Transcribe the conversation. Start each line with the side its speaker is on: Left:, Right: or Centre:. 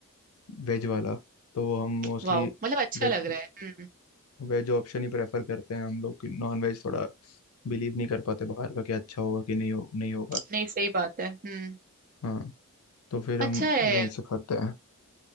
Left: वेज वाला तो हम मोस्टली
Right: वाह मतलब अच्छा
Left: वेज
Right: लग रहा है हम्म।
Left: वेज ऑप्शन ही प्रेफर करते हैं हम लोग कि नॉन वेज थोड़ा बिलीव नहीं कर पाते बाहर का कि अच्छा होगा कि नहीं हो नहीं होगा
Right: नहीं सही बात है हम्म
Left: हाँ तो फिर
Right: अच्छा
Left: हम
Right: है
Left: वहीं से खाते हैं